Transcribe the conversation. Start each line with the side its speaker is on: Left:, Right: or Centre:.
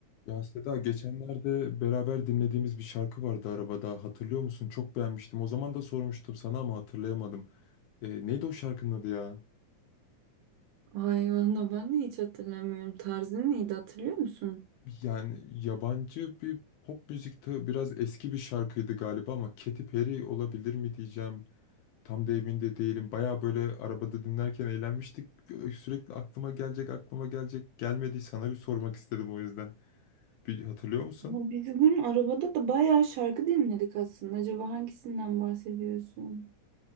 Left: Ya Seda geçenlerde beraber dinlediğimiz bir şarkı vardı arabada hatırlıyor musun? Çok beğenmiştim. O zaman da sormuştum sana ama hatırlayamadım. E, neydi o şarkının adı ya?
Right: Vay valla ben de hiç hatırlamıyorum. Tarzın neydi hatırlıyor musun?
Left: Yani yabancı bir pop müzikte biraz eski bir şarkıydı galiba ama Katy Perry olabilir mi diyeceğim. Tam da emin de değilim. Baya böyle arabada dinlerken eğlenmiştik. Sürekli aklıma gelecek aklıma gelecek gelmedi. Sana bir sormak istedim o yüzden. Bir hatırlıyor musun?
Right: Ya Biz bugün arabada da bayağı şarkı dinledik aslında. Acaba hangisinden bahsediyorsun?